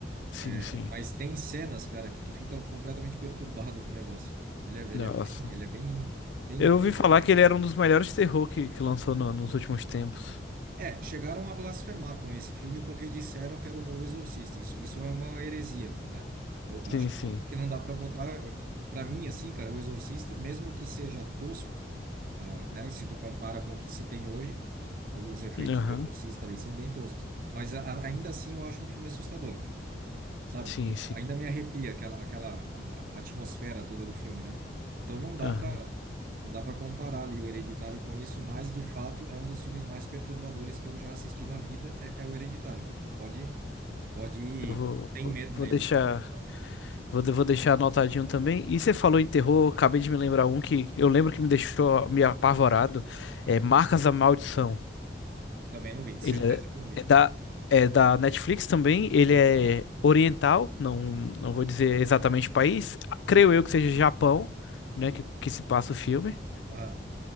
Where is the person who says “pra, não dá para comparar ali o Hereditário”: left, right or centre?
Right